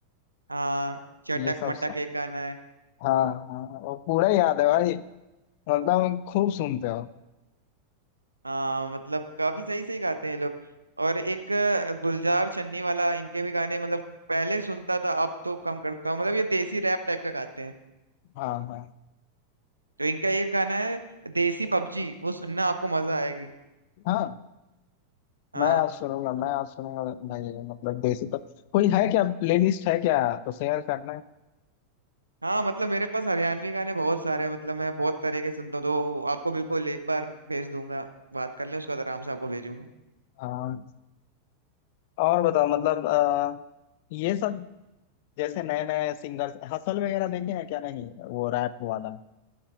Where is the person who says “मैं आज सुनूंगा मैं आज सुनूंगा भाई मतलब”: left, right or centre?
Left